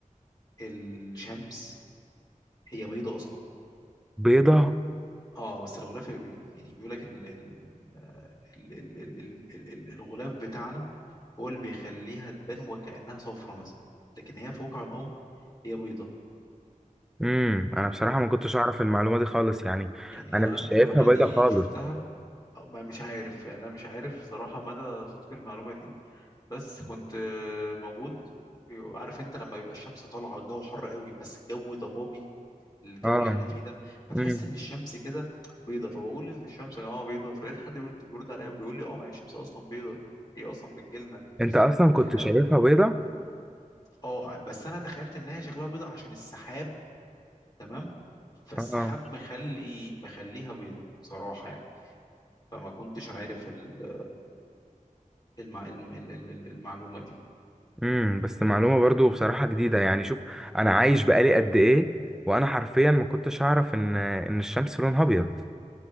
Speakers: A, on the left (about 30°); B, in the centre.
A: الشمس هي بيضة أصلا
B: بيضة
A: اه بس الغلاف بي- يعني بيقول لك ان ال- ال- ال- ال- ال- ال- ال- الغلاف بتاعنا هو اللي بيخليها تبان وكأنها صفرة مثلا لكن هي في واقع الأمر هي بيضة
B: امم انا بصراحة ما كنتش
A: يعني
B: اعرف المعلومة دي خالص يعني
A: يعني
B: انا
A: أنا
B: مش
A: المعلومة
B: شايفها بيضة
A: دي
B: خالص
A: شفتها أو ما- مش عارف يعني أنا مش عارف صراحة مدى صدق المعلومة دي بس كنت آه، موجود عارف انت لما بيبقى الشمس طالعة الجو حر قوي بس الجو ضبابي الجو
B: اه
A: اللي احنا فيه ده فتحس
B: امم
A: ان الشمس كده بيضه فبقول ان الشمس يا جماعه بيضه فلقيت حد بيرد بيرد عليا وبيقول لي اه ما هي الشمس اصلا بيضه هي اصلا بتجيلنا
B: انت اصلا كنت
A: كانها
B: شايفها بيضة
A: اه بس انا تخيلت ان هي شكلها بيضه عشان السحاب تمام فالسحاب
B: اه
A: مخلي مخليها بيضه صراحه يعني فما كنتش عارف ال- المع... الم- ال- ال- ال- المعلومه دي
B: امم بس معلومة برضو بصراحة جديدة يعني شوف انا عايش بقالي قد ايه وانا حرفيا ما كنتش اعرف ان ان الشمس لونها ابيض